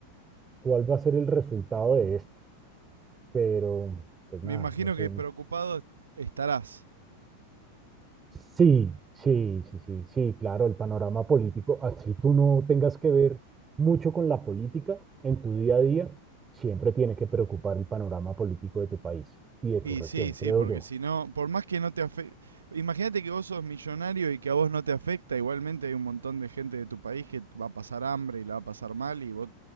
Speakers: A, on the right (about 20°); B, on the right (about 70°).
A: cuál va a ser el resultado de esto, pero pues
B: Me
A: nada,
B: imagino
A: no sé,
B: que preocupado estarás.
A: Sí, sí, sí, sí, sí, claro, el panorama político, así tú no tengas que ver mucho con la política en tu día a día, siempre tiene que preocupar el panorama político de tu país y de tu
B: Y
A: región,
B: sí, sí,
A: creo
B: porque
A: yo.
B: si no, por más que no te afecte, imagínate que vos sos millonario y que a vos no te afecta, igualmente hay un montón de gente de tu país que va a pasar hambre y la va a pasar mal y vos